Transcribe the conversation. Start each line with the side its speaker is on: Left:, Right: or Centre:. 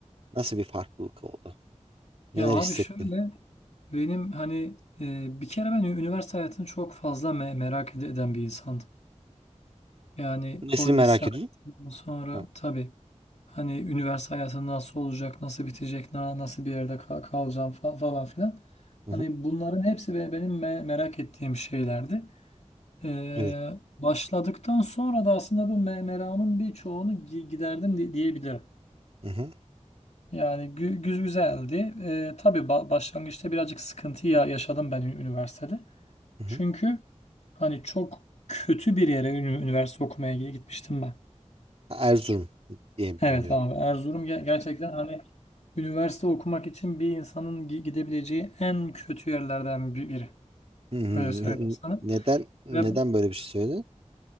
Right: nasıl bir farklılık oldu? Neler
Left: Ya abi
Right: hissettin?
Left: şöyle benim hani e, bir kere ben ü- üniversite hayatını çok fazla me- merak ed- eden bir insandım. Yani
Right: Nesini
Left: o lise
Right: merak
Left: hayatından
Right: ediyorsun?
Left: sonra
Right: Hı
Left: tabii Hani üniversite hayatı nasıl olacak, nasıl bitecek, na- nasıl bir yerde ka- kalacağım fa- falan filan.
Right: hı.
Left: Hani
Right: hı.
Left: bunların hepsi be- benim me- merak ettiğim şeylerdi. Ee,
Right: Evet.
Left: başladıktan sonra da aslında bu me- meramın birçoğunu gi- giderdim di- diyebilirim.
Right: Hı hı.
Left: Yani gü- gü- güzeldi. Ee, tabii ba- başlangıçta birazcık sıkıntı ya- yaşadım ben ü- üniversitede.
Right: Hı hı.
Left: Çünkü hani çok kötü bir yere ünü- üniversite okumaya gitmiştim ben.
Right: Erzurum diye biliniyor.
Left: Evet abi Erzurum ge- gerçekten hani üniversite okumak için bir insanın gi- gidebileceği en kötü yerlerden bi- biri.
Right: Hı hı.
Left: Öyle söyleyeyim
Right: Ne-
Left: sana.
Right: Neden neden
Left: Ve
Right: böyle bir şey söyledin?